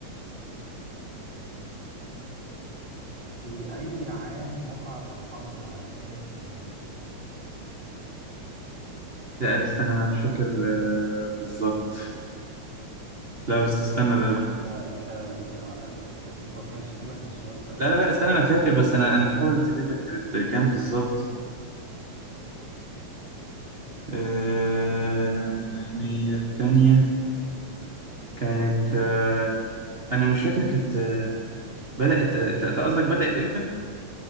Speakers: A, on the right; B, on the right.
A: في أي عام وقعت الحرب العالمية الثانية؟
B: لا استنى انا مش فاكر آه... بالظبط لا بس استنى
A: اه
B: ده.
A: ماشي
B: ده-
A: انت انت انت بقى على قدك في التاريخ طب ماشي سيبك من السؤال ده
B: لا لا لا استنى انا فاكر بس انا انا بحاول افتكر لك كانت كام بالظبط آه... مية تانية كانت آه، انا مش فاكر كانت آه، بدات آه، انت أنت قصدك بدات امتى